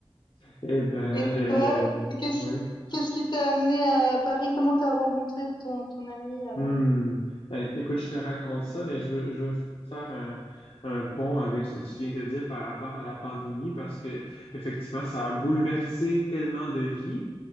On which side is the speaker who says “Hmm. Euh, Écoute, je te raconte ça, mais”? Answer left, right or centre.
Left